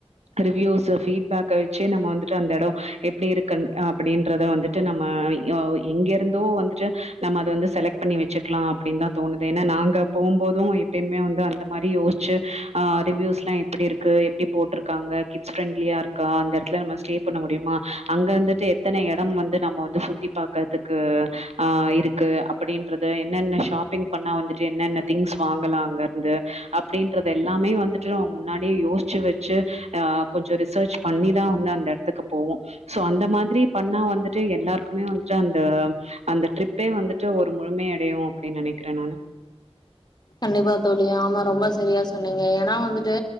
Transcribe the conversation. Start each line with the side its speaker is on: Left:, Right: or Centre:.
Right: ரிவ்யூஸு ஃபீட்பேக்க வச்சே நம்ம வந்துட்டு அந்த எடோ எப்டி இருக்குன் அப்டீன்றத வந்துட் டு நம்ம யோ எங்கே ரிந்தோ வந்துட்டு நம்ம அத வந்து செலக்ட் பண்ணி வச்சுக்லா அப்டின்தா தோணுது ஏனா நாங்க போம்போது எப் ப்பேமே வந்து அந்த மாரி யோஷ்ச்சு அ ரிவ்யூஸ்ல்லா எப்டி இருக்கு எப்டி போட்ருக்காங்க கிட்ஸ் ஃப்ரெண்ட்லியாருக் கா அந்த எடத்துல நம்ம ஸ்டே பண்ண முடிமா அங்க இருந்துட்டு எத்தன எடம் வந்து நம்ம வந்து சுத்தி பாக்கதுக் க்கூ அ அ இருக்கு அப்பிடின்றது என்னென்ன ஷாப்பிங் பண்ணா வந்துட்டு என்னென்ன திங்ஸ் வாங்கலா அங்கர்ந்து அப்டின்றது எல்லாமே வந்துட்டு நம்ம முன்னாடியே யோச்சு வச்சு ஆ கொஞ்சோ ரிசர்ச் பண்ணிதா வந்து அந்த எடத்துக்கு போவோ சோ அந்த மாத்ரி பண்ணா வந்துட்டு எல்லாருக்குமே வந்துட்டு அந் த அந்த ட்ரிப்பே வந்துட்டு ஒரு முழுமை அடையு அப்டின் நெனைக்கற நானு
Left: கண்டிப்பா தோழி ஆமா ரொம்ப சரியா சொன்னீங்க ஏனா வந்துட்டு